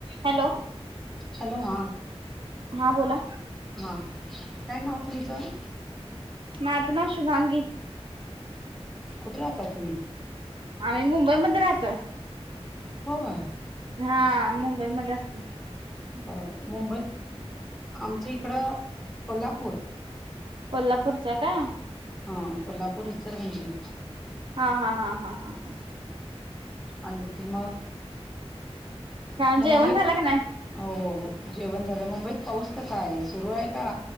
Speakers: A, on the right; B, in the centre.
A: Hello.
B: Hello हा.
A: हा बोला.
B: हा काय नाव तुमचं.
A: माझं नाव शुभांगी.
B: कुठ राहता तुम्ही.
A: आम्ही मुंबईमध्ये राहतोय.
B: होय.
A: हा मुंबईमध्ये अस
B: बर बर मुंबईत आमचं इकडं कोल्हापूर.
A: कोल्हापूरच काय.
B: हा कोल्हापूर इचलकरंजी.
A: हा हा हा हा हा हा.
B: आणखी मग
A: हां
B: मुंबईत
A: जेवण झाल का नाय.
B: हो हो हो जेवण झालं. मुंबईत पाऊस कसा आहे सुरू आहे का.